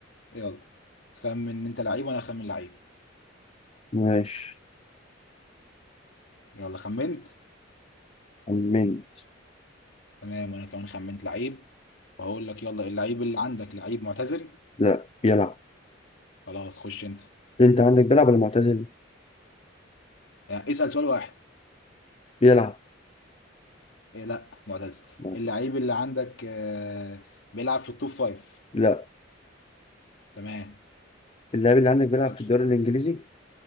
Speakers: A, on the left (about 75°); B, on the left (about 30°).
A: يلا خمن انت لعيب وانا اخمن لعيب
B: ماشي
A: يلا خمنت
B: خمنت
A: تمام وانا كمان خمنت لعيب وهقول لك يلا اللعيب اللي عندك لعيب معتزل
B: لا بيلعب
A: خلاص خش انت
B: انت عندك بيلعب ولا معتزل
A: يعني اسأل سؤال واحد
B: بيلعب
A: إيه لا معتزل
B: معتزل
A: اللعيب اللي عندك آه، بيلعب في التوب فايف
B: لا
A: تمام
B: اللاعب اللي عندك بيلعب
A: خش
B: في الدوري الانجليزي